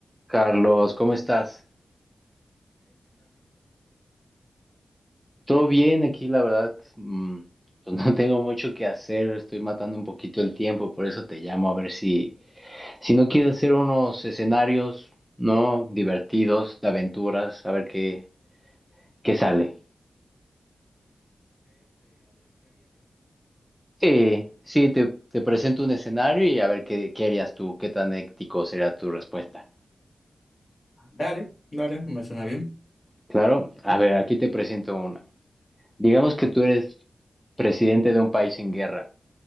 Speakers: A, in the centre; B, on the left.
A: Carlos, ¿cómo estás? ¿Todo bien aquí? La verdad, mm, <laughs> pues no tengo mucho que hacer, estoy matando un poquito el tiempo, por eso te llamo a ver si, si no quieres hacer unos escenarios, ¿no? Divertidos, de aventuras, a ver qué, qué sale. Sí, sí, te, te presento un escenario y a ver qué, qué harías tú, qué tan ético será tu respuesta.
B: Dale, dale, me suena bien.
A: Claro, a ver, aquí te presento una. Digamos que tú eres presidente de un país en guerra.